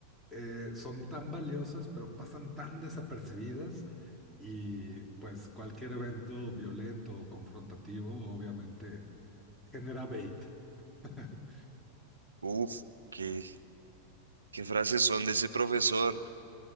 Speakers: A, in the centre; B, on the right.
A: eh, son tan valiosas, pero pasan tan desapercibidas y pues cualquier evento violento o confrontativo obviamente genera bait. <laughs>
B: uf, qué, qué frases son de ese profesor.